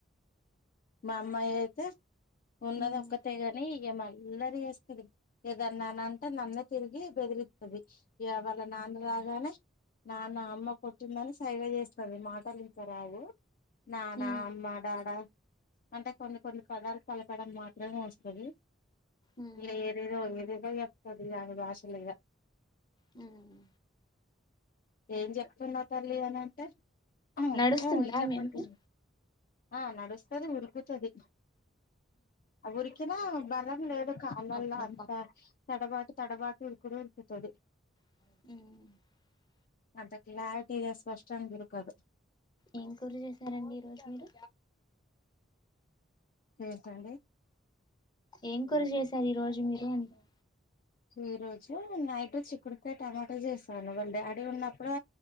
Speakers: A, on the left; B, on the left.
A: మా అమ్మాయి అయితే ఉన్నది
B: ఉమ్
A: ఒక్కతే కాని ఏమల్లరి చేేస్తది ఏదన్నాంటే నన్నే తిరిగి బెదిరిస్తది ఇగ వాళ్ళ నా నాన్న రాగానే నాన్న అమ్మ కొట్టిందని సైగా చేస్ తది మాటలింకా రావు నానా
B: ఉమ్
A: అమ్మ డాడా అంటే కొన్ని కొన్ని పదాలు పలకడం మాత్రమే వస్తది
B: ఉమ్
A: ఏ ఏదేదో ఏదేదో చెప్తది ఆమె భాషలో ఇగ
B: హ్మ్
A: ఏం చెప్తున్నావ్ తల్లి అని అంటే ఓ
B: నడుస్తుందా
A: ఓ ఇట్లా
B: మీ
A: పట్
B: అమ్మాయి
A: ఆ నడుస్తది ఉరుకుతది ఆ ఊరికినా బలం లేదు కాళ్ళల్లో
B: ఓకే.
A: అంతా తడపాటు తడపాటు ఉరుకుడు ఉరుకుతది
B: మ్
A: అద క్లారిటీగా స్పష్టంగా ఉరకదు
B: ఏం కూర చేసారండి ఈ రోజు మీరు
A: ఏంటండి
B: ఏం కూర జేశారు ఈ రోజు మీరు ఎందులో
A: ఈరోజు నైట్ చిక్కుడుకాయ టమాటా చేసాను వాళ్ళ డాడీ ఉన్నప్పుడు